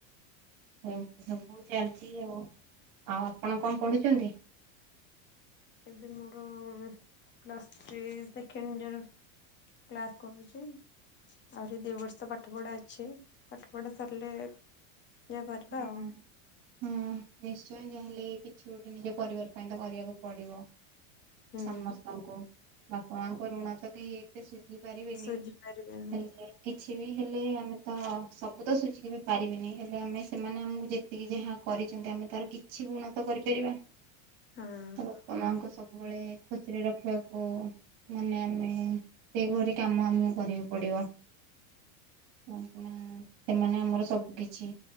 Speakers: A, on the right; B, on the left.
A: ଏମିତି ସବୁ ଚାଲିଛି ଆଉ ଆଉ ଆପଣ କଣ ପଢୁଛନ୍ତି।
B: ଏବେ ମୋର plus three second year class କରୁଛି। ଆହୁରୀ ଦଦିବର୍ଷ ପାଠପଢା ଅଛି ପାଠ ପଢା ସରିଲେ ଯା କରିବା
A: ହୁଁ
B: ଆଉ
A: ହୁଁ ନିଶ୍ଚୟ ଯାହାେଲେ କିଛି ଗୋଟେ ନିଜ ପରିବାର ପାଇଁ ତ କରିବାକୁ ପଡିବ।
B: ହୁଁ
A: ସମସ୍ତଙ୍କୁ ବାପ ମାଙ୍କ ଋଣା ତ କେହି ହେଲେ ସୁଝି ପାରିବେନି
B: ସୁଝି ପାରିବେନି
A: ହେଲେ କିଛି ବି ହେଲେ ଆମେ ତ ସବୁ ତ ସୁଝିବି ପାରିବିନି ହେଲେ ଆମେ ସେମାନେ ଆମକୁ ଯେତିକି ଯାହା କରିଛନ୍ତି ଆମେ ତାର କିଛି ଗୁଣ ତ କରିପାରିବା
B: ହଁ
A: ତ ବାପାମାଙ୍କୁ ସବୁବେଳେ ଖୁସିରେ ରଖିବାକୁ ମାନେ ଆମେ ସେଇପରି କାମ ଆମକୁ କରିବାକୁ ପଡିବ। <unintelligible> ନା ସେମାନେ ଆମର ସବୁ କିଛି